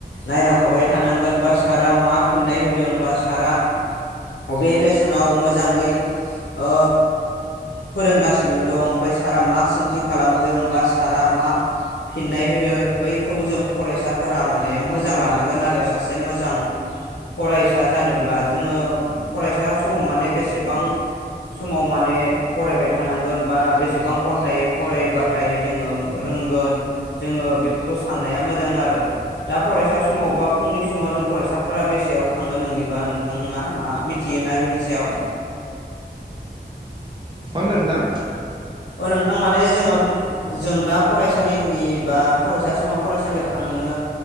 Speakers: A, on the left; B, on the right.
A: नायलांफाबाय थानांगोन बा सारा मा फिननाय होदों बा सारा बबेलेसनाव मोजाङै ओ फोरोंगासिनो दं ओमफाय सारा मा सोंथि खालामदों बा सारा मा फिननाय होदों बैखौबो जों फरायसाफोरा माने मोजां लानांगोन आरो सासे मोजां फरायसा जानोब्ला जोङो फरायसा समाव माने बेसेबां समाव माने फरायबाय थानांगोन बा बेसेबां घन्टै फरायबाथाय जोङो रोंगोन जोङो बेफोरखौ साननाया मोजां आरो दा फरायसा समाव बा फुंनि समाव जों फरायसाफोरा बेसेयाव थाङो नोंनिबा नोंथांङामा मिथियोना बिनि सायाव
B: मा होनदों नोंथां
A: अ नोंथां माने जोङो जों दा फरायसालिनि बा फरायसा समा फरायसालियाव थांनो